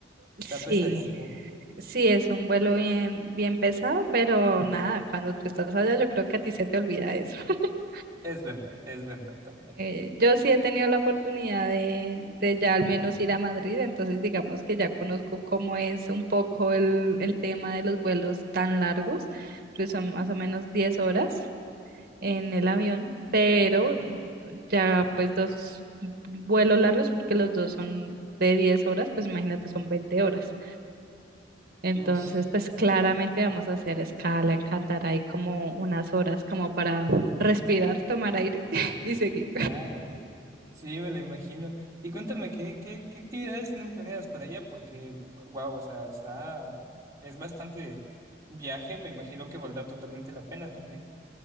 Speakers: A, on the right; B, on the right.
A: está
B: Sí,
A: pesadísimo.
B: sí, es un vuelo bien, bien pesado, pero nada, cuando tú estás allá, yo creo que a ti se te olvida eso. <laughs>
A: Es verdad, es verdad también.
B: Eh, yo sí he tenido la oportunidad de, de ya al menos ir a Madrid, entonces digamos que ya conozco cómo es un poco el, el tema de los vuelos tan largos, que son más o menos 10 horas en el avión, pero
A: Okay.
B: ya pues dos vuelos largos, porque los dos son de 10 horas, pues imagínate, son 20 horas. Entonces,
A: Uy,
B: pues claramente vamos a hacer escala en Qatar, hay como unas horas como para respirar, tomar aire <laughs> y seguir.
A: claro. Sí, me lo imagino. Y cuéntame, ¿qué, qué, qué actividades tienen planeadas para allá? Porque, wow, o sea, está, es bastante viaje, me imagino que valdrá totalmente la pena también.